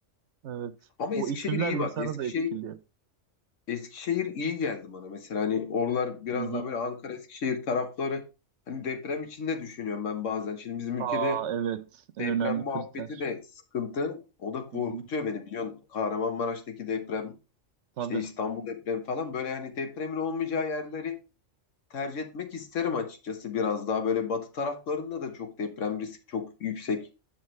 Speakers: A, on the right; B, on the left.
A: Evet.
B: Ama
A: O
B: Eskişehir
A: iklimler
B: iyi
A: insanı
B: bak. Eskişehir
A: da etkiliyor.
B: Eskişehir iyi geldi bana mesela hani oralar biraz
A: Hı hı.
B: daha böyle Ankara Eskişehir tarafları hani deprem içinde düşünüyorum ben bazen. Şimdi bizim
A: Aa
B: ülkede
A: evet en
B: deprem
A: önemli
B: muhabbeti
A: kriter.
B: de sıkıntı. O da korkutuyor
A: Hı hı.
B: beni biliyorsun. Kahramanmaraş'taki deprem,
A: Tabii.
B: işte İstanbul depremi falan böyle hani depremin olmayacağı yerleri tercih etmek isterim açıkçası biraz daha böyle batı taraflarında da çok deprem riski çok yüksek.